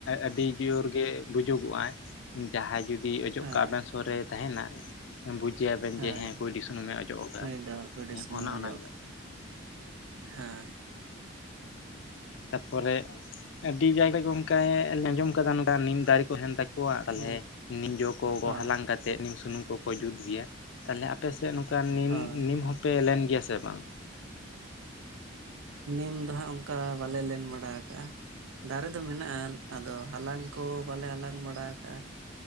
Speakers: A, on the left (about 65°); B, on the right (about 85°).
A: ᱟᱹᱰᱤ ᱡᱳᱨ ᱜᱮ ᱵᱩᱡᱩᱜᱚᱜᱼᱟ ᱡᱟᱦᱟᱸᱭ ᱡᱩᱫᱤ ᱚᱡᱚᱜ
B: ᱦᱮᱸ
A: ᱠᱟᱜ ᱟᱵᱮᱱ ᱥᱩᱨ ᱨᱮᱭ ᱛᱟᱦᱮᱱᱟ ᱪᱟᱹᱭᱟᱵᱮᱱ
B: ᱦᱳᱭ
A: ᱡᱮ ᱦᱮᱸ ᱠᱩᱭᱰᱤ ᱥᱩᱱᱩᱢᱮ ᱚᱡᱚᱜ ᱟᱠᱟᱫᱮ
B: ᱱᱩᱭ ᱫᱚ ᱠᱩᱭᱰᱤ ᱥᱩᱱᱩᱢ
A: ᱚᱱᱮ
B: ᱚᱡᱚᱜ
A: ᱚᱱᱟᱜᱮ
B: ᱦᱮᱸ
A: ᱛᱟᱯᱚᱨᱮ ᱟᱹᱰᱤ ᱡᱟᱭᱜᱟ ᱜᱮ ᱚᱱᱠᱟᱭ ᱟᱸᱡᱚᱢ ᱟᱠᱟᱫᱟ ᱱᱚᱝᱠᱟ ᱱᱤᱢ ᱫᱟᱨᱮ ᱠᱚ ᱦᱮᱱ ᱛᱟᱠᱚ ᱚᱣᱟᱜ ᱛᱟᱦᱚᱞᱮ
B: ᱦᱩᱸ
A: ᱱᱤᱡᱚ ᱠᱚ
B: ᱦᱚᱸ
A: ᱦᱟᱞᱟᱝ ᱠᱟ ᱠᱟᱛᱮᱫ ᱱᱤᱢ ᱥᱩᱱᱩᱢ ᱠᱚᱠᱚ ᱡᱩᱛ ᱜᱮᱭᱟ ᱛᱟᱦᱚᱞᱮ ᱟᱯᱮᱥᱮᱫ ᱱᱚᱝᱠᱟ ᱱᱤᱢ
B: ᱦᱳᱭ
A: ᱱᱤᱢ ᱦᱚᱸᱯᱮ ᱞᱮᱱ ᱜᱮᱭᱟ ᱥᱮ ᱵᱟᱝ
B: ᱱᱤᱢ ᱫᱚ ᱦᱟᱸᱜ ᱚᱱᱠᱟ ᱵᱟᱞᱮ ᱞᱮᱱ ᱵᱟᱲᱟ ᱟᱠᱟᱜᱼᱟ ᱫᱟᱨᱮ ᱫᱚ ᱢᱮᱱᱟᱜᱼᱟ ᱟᱫᱚ ᱦᱟᱞᱟᱝ ᱠᱚ ᱵᱟᱞᱮ ᱦᱟᱞᱟᱝ ᱵᱟᱲᱟ ᱟᱠᱟᱟᱜᱼᱟ